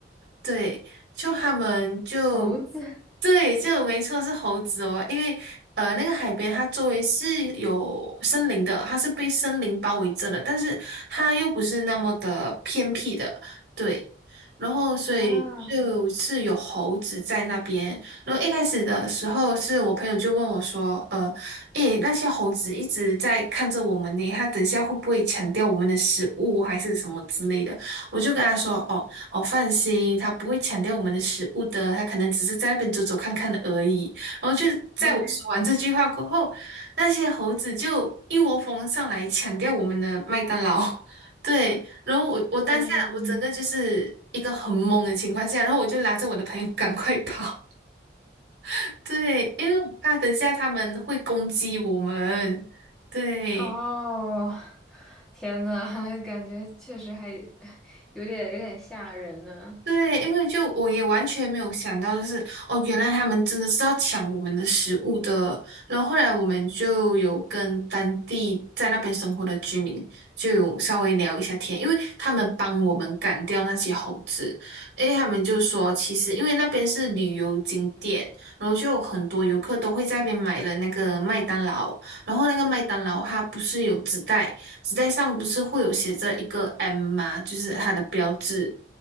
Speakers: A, on the right; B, in the centre.
A: 对，就他们就
B: 猴子
A: 对，就没错是猴子哦，因为呃，那个海边它周围是有森林的，它是被森林包围着的，但是它又不是那么的偏僻的，对，然后所以就是有猴子在那边，
B: 啊，<laughs>
A: 然后一开始的时候是我朋友就问我说，呃，诶，那些猴子一直在看着我们呢，它等一下会不会抢掉我们的食物还是什么之类的？我就跟他说，哦。哦，放心，他不会抢掉我们的食物的，他可能只是在那边走走看看的而已。然后就在我说完这句话过后，
B: 嗯，
A: 那些猴子就一窝蜂上来抢掉我们的麦当劳。<laughs> 对，然后我我当下我整个就是一个很懵的情况下，
B: 嗯，
A: 然后我就拉着我的朋友 <laughs> 赶快跑。<laughs> 对，因为我怕等一下他们会攻击我们。对。
B: 哦，天呐，<laughs> 还感觉确实还 <laughs> 有点有点吓人呢。
A: 对，因为就我也完全没有想到，就是哦，原来他们真的是要抢我们的食物的。然后后来我们就有跟当地在那边生活的居民就有稍微聊一下天，因为他们帮我们赶掉那些猴子。诶，他们就说，其实因为那边是旅游景点，然后就有很多游客都会在那边买了那个麦当劳，然后那个麦当劳它不是有纸袋，纸袋上不是会有写着一个 M 吗？就是它的标志。